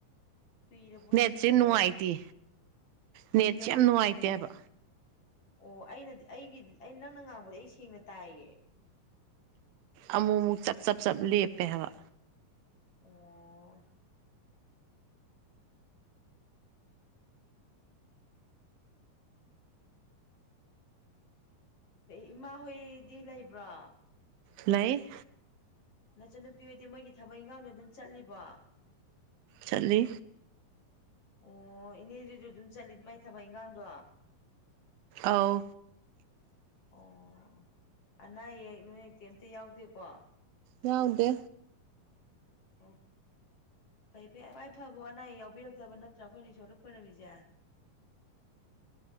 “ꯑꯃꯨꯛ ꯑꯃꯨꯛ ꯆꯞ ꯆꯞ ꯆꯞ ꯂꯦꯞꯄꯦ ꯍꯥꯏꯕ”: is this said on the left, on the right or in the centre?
Right